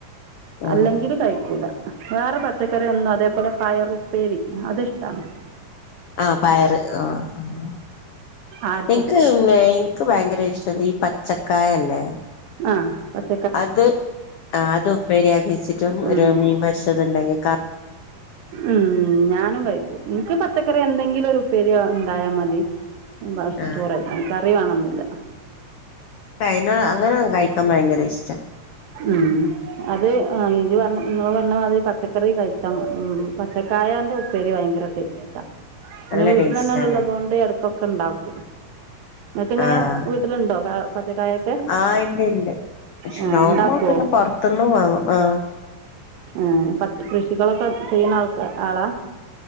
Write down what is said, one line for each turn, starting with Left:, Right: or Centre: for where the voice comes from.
Left: ആ
Right: അല്ലെങ്കില് കഴിക്കൂല വേറെ പച്ചക്കറി ഒന്നും അതേ പോലെ പയറുപ്പേരി അത്ഷ്ടാണ്
Left: ആഹ് പയറ് ആഹ്
Right: ആർക്കും
Left: ഏക്ക്
Right: പറ്റില്ല
Left: എക്ക് ഭയങ്കര ഇഷ്ട ഈ പച്ചക്കായ ഇല്ലേ
Right: ആഹ് പ
Left: അത് അത് ഉപ്പേരിയാക്കി വെച്ചിട്ടും
Right: ഉം
Left: ഒരു മീൻ പൊരിച്ചത് ഉണ്ടെങ്കി
Right: ഉം ഞാനും കഴിക്കും എനിക്ക് പച്ചക്കറി എന്തെങ്കിലും ഒരു ഉപ്പേരി ഉണ്ടായാ മതി <unintelligible>
Left: ആ
Right: ചോറായി കറി വേണന്നില്ല
Left: <unintelligible> അങ്ങനെ കഴിക്കാൻ ഭയങ്കര ഇഷ്ടാ
Right: ഉം അത് ഇജ്ജ് പറഞ്ഞ ഇങ്ങള് പറഞ്ഞ മാതിരി പച്ചക്കറി കഴിച്ചാ മ്ഹ് പച്ചക്കായന്റെ ഉപ്പേരി ഭയങ്കരട്ട് പിന്നെ
Left: നല്ല
Right: വീട്ടിൽ
Left: ടേസ്റ്റ്
Right: തന്നെ
Left: ആണ്
Right: ഉള്ളത് കൊണ്ട് ഇടക്കൊക്കെ ഉണ്ടാക്കും ഇങ്ങക്ക് ഇങ്ങനെ
Left: ആഹ്
Right: വീട്ടിലുണ്ടോ പച്ചക്കായൊക്കെ
Left: ആഹ് ഇണ്ട് ഇണ്ട് പക്ഷെ
Right: ആഹ്
Left: ഞാൻ
Right: ഉണ്ടാക്കുവോ
Left: പിന്നെ പൊറത്തു നിന്നും വാങ്ങും ആ്
Right: ആഹ പച്ചാ കൃഷികളൊക്കെ ചെയ്യുന്ന ആൾക്ക ആളാ